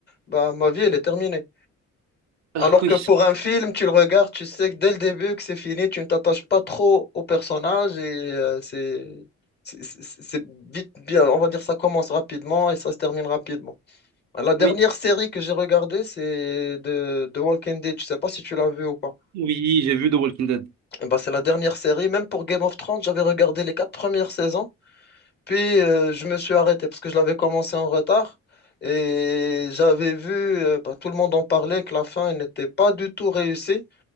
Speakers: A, on the left; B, on the right.
A: bah, ma vie, elle est terminée.
B: Ah
A: Alors
B: oui,
A: que pour un film, tu le regardes, tu sais que dès le début que c'est fini, tu ne t'attaches pas trop au personnage et euh, c'est c'est c'est- c'est vite bien, on va dire ça commence rapidement et ça se termine rapidement. La dernière
B: oui,
A: série que j'ai regardée, c'est de The Walking Dead. Je sais pas si tu l'as vu ou pas.
B: oui, j'ai vu The Walking Dead.
A: Eh ben, c'est la dernière série. Même pour Game of Thrones, j'avais regardé les quatre premières saisons, puis euh, je me suis arrêté parce que je l'avais commencé en retard. Et j'avais vu, euh, ben, tout le monde en parlait, que la fin elle n'était pas du tout réussie.